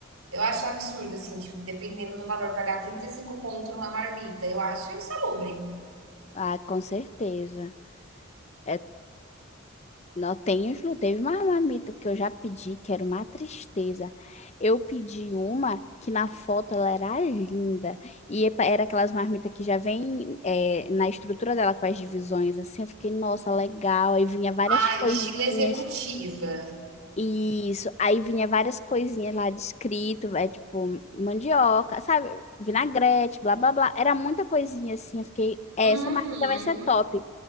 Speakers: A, on the right; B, on the left.
A: Eu acho absurdo, assim, tipo, dependendo do valor, pagar trinta e cinco conto numa marmita. Eu acho insalubre.
B: Ah, com certeza. É Não tem os não. Teve uma marmita que eu já pedi, que era uma tristeza. Eu pedi uma que na foto ela era linda. E epa- era aquelas marmitas que já vem é, na estrutura dela com as divisões, assim. Eu fiquei, nossa, legal. Aí vinha várias
A: Ah,
B: coisinhas.
A: estilo executiva.
B: Isso. Aí vinha várias coisinhas lá descrito, é tipo mandioca, sabe? Vinagrete, blá, blá, blá. Era muita coisinha assim. Eu fiquei, "É,
A: Uhum.
B: essa marmita vai ser top.